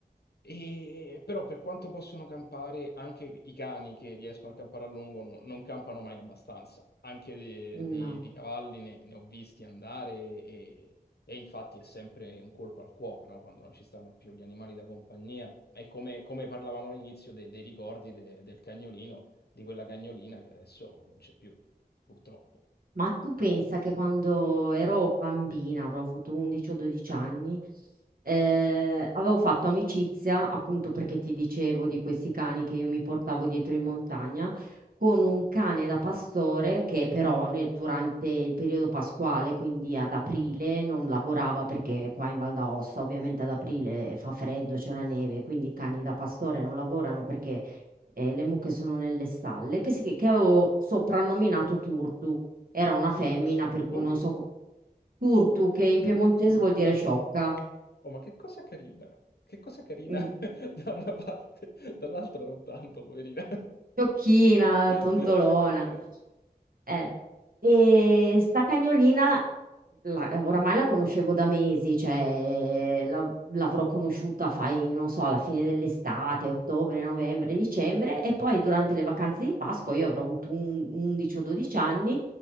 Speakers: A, on the left (about 75°); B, on the right (about 60°).
A: E, però per quanto possono campare, anche i cani che riescono a campare a lungo no- non campano mai abbastanza. Anche di,
B: no,
A: di- di cavalli ne, ne ho visti andare e, e infatti è sempre un colpo al cuore, no? Quando non ci stanno più gli animali da compagnia. E come, come parlavamo all'inizio de- dei ricordi de- del cagnolino, di quella cagnolina che adesso non c'è più, purtroppo.
B: Ma tu pensa che quando ero bambina, avrò avuto 11 o 12 anni, eh, avevo fatto amicizia, appunto perché ti dicevo di questi cani che io mi portavo dietro in montagna, con un cane da pastore che però ne- durante il periodo pasquale, quindi ad aprile, non lavorava perché qua in Val d'Aosta ovviamente ad aprile fa freddo, c'è la neve, quindi i cani da pastore non lavorano perché eh, le mucche sono nelle stalle, che, si- che avevo soprannominato Turtu era una femmina,
A: Turzu,
B: per
A: come?
B: cui non so, turtu, che in piemontese
A: Turtu.
B: vuol dire sciocca,
A: Oh, ma che cosa carina! Che cosa carina
B: mm,
A: <laughs> da una parte, dall'altra non tanto, poverina.
B: sciocchina,
A: <laughs>
B: tontolona.
A: Sciocchina.
B: eh. E sta cagnolina, la- oramai la conoscevo da mesi, cioè la- l'avrò conosciuta, fai, non so, alla fine dell'estate, ottobre, novembre, dicembre, e poi durante le vacanze di Pasqua, io avrò avuto un- 11 o 12 anni,